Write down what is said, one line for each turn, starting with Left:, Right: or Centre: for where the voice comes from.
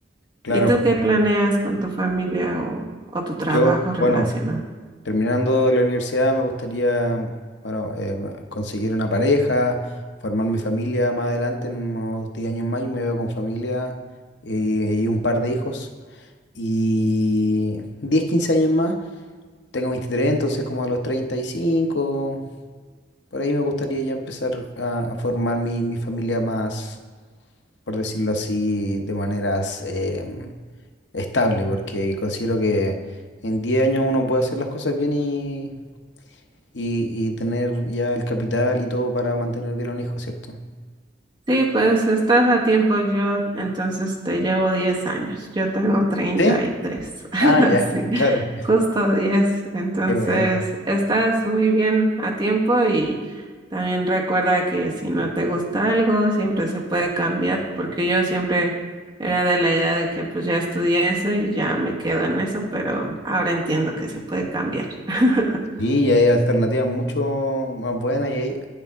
Left: Claro,
Right: ¿Y tú
Left: porque
Right: qué planeas con tu familia o, o tu trabajo
Left: Yo,
Right: relacionado?
Left: bueno, terminando la universidad me gustaría, bueno, eh, conseguir una pareja, formar mi familia más adelante, en unos 10 años más, yo me veo con familia eh, y un par de hijos. Y 10 15 años más, tengo 23, entonces como a los 35 por ahí me gustaría ya empezar a, a formar mi, mi familia más, por decirlo así, de maneras em, estable, porque considero que en 10 años uno puede hacer las cosas bien y, y, y tener ya el capital y todo para mantener bien a un hijo, ¿cierto?
Right: Sí, pues estás a tiempo. Yo entonces te llevo 10 años. Yo tengo treinta
Left: ¿Sí?
Right: y tres. <laughs>
Left: Ah, ya,
Right: Sí,
Left: <laughs> claro.
Right: justo 10. Entonces,
Left: Qué bueno.
Right: estás muy bien a tiempo y también recuerda que si no te gusta algo, siempre se puede cambiar, porque yo siempre era de la idea de que pues ya estudié eso y ya me quedo en eso, pero ahora entiendo que se puede cambiar. <laughs>
Left: Sí, y hay alternativas mucho más buenas y hay...